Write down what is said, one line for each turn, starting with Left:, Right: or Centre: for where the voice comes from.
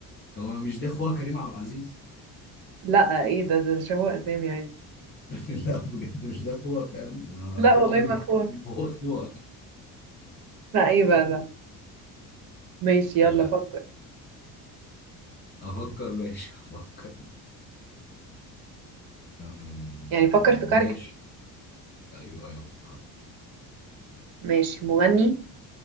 Left: طب انا مش ده اخوها كريم عبد العزيز
Right: لا ايه ده ده شبه اسامي عادي
Left: <laughs> لا بجد مش ده اخوها فعلا انا
Right: لا
Left: طول
Right: والله
Left: عمري ما
Right: ما فوت
Left: كنت عارف إن هو اخوها
Right: لا ايه بقى ده ماشي يلا
Left: مش عارف
Right: فكر
Left: افكر ماشي <laughs> افكر أم،
Right: يعني فكر في كاركتر
Left: ماشي ايوه ايوه فكرت
Right: ماشي مغني